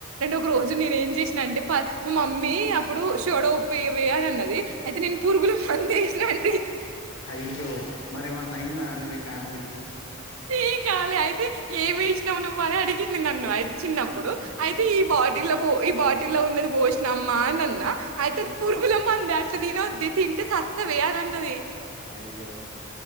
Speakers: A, on the right; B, on the left.
A: ఒక రోజు నేను ఏం చేసిన అంటే మా మమ్మీ అప్పుడు షోడ ఉప్ప వేయవీ అన్నది అయితే నేను పురుగులు మంది వసినా అండి
B: అయ్యో మరేమన్నా అయిందా అండి మీ ఫ్యామిలీకి
A: ఏం కాలే అయితే ఏమి వేసినావు నువ్వు అని అడిగింది నన్ను అయితే చిన్నప్పుడు
B: ఆ
A: అయితే అతే ఈ బాటి లో ఉన్నది పోసిన అమ్మ అన్న అయితేది
B: ఉమ్
A: పురుగులం మంద అట్లా తిన్నది తింటే సస్తవీ అని అన్నది
B: అయ్యో